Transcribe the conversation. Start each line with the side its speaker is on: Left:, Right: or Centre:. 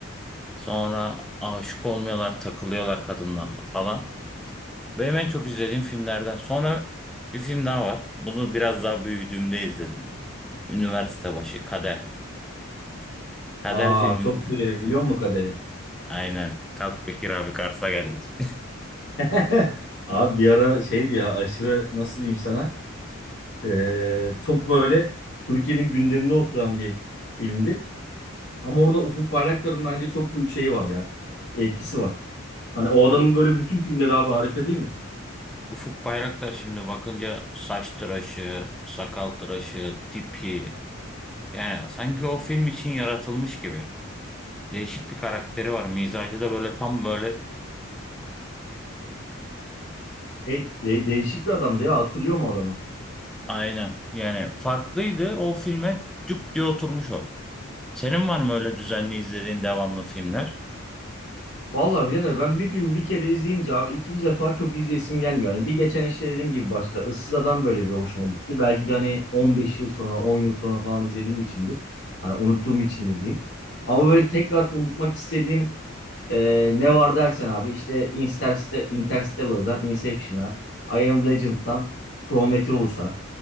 Centre: Sonra aşık olmuyorlar, takılıyorlar kadınlarla falan. Benim en çok izlediğim filmlerden. Sonra bir film daha var. Bunu biraz daha büyüdüğümde izledim. Üniversite başı Kader. Kader
Left: Aa
Centre: filminde.
Left: çok severim biliyor musun Kader'i?
Centre: Aynen. Kalk Bekir abi Kars'a geldik.
Left: <laughs> Abi bir ara şeydi ya aşırı nasıl diyeyim sana ee, çok böyle Türkiye'nin gündemine oturan bir filmdi. Ama orada Ufuk Bayraktar'ın bence çok büyük şeyi var ya etkisi var. Hani o
Centre: <laughs> Tabii
Left: adamın böyle bütün filmleri abi harika değil mi?
Centre: Ufuk Bayraktar şimdi bakınca saç tıraşı, sakal tıraşı, tipi. Yani sanki o film için yaratılmış gibi. Değişik bir karakteri var. Mizacı da böyle tam böyle
Left: Şey, de- değişik bir adamdı ya hatırlıyor mu adamı?
Centre: Aynen. Yani farklıydı. O filme cuk diye oturmuş o. Senin var mı öyle düzenli izlediğin devamlı filmler?
Left: Vallahi birader ben bir filmi bir kere izleyince abi ikinci defa çok izleyesim gelmiyor. Hani bir geçen işte dediğim gibi başta Issız Adam böyle bir hoşuma gitti. Belki de hani 15 yıl sonra 10 yıl sonra falan izlediğim içindir. Hani unuttuğum içindir diyeyim. Ama böyle tekrar unutmak istediğim e, ne var dersen abi işte Interste- Interstellar'dan Inception'a, I Am Legend'dan Prometheus'a